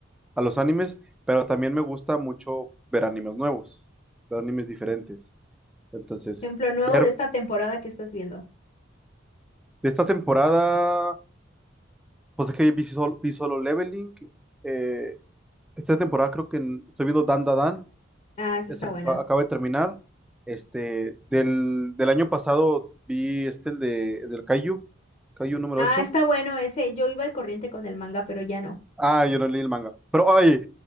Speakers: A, in the centre; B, on the left.
A: a los animes, pero también me gusta mucho ver animes nuevos, ver animes diferentes. Entonces,
B: Ejemplo
A: ver
B: nuevo de esta temporada que estás viendo.
A: de esta temporada, pues es que vi Solo, vi Solo Leveling, eh, esta temporada creo que en- estoy viendo Dan Da Dan,
B: Ah, sí
A: Esa
B: está bueno.
A: que ac- acaba de terminar. Este, del, del año pasado vi este, el de, del Kaiju, Kaiju número
B: Ah,
A: ocho
B: está bueno ese. Yo iba al corriente con el manga, pero ya no.
A: Ah, yo no leí el manga. Pero, ay,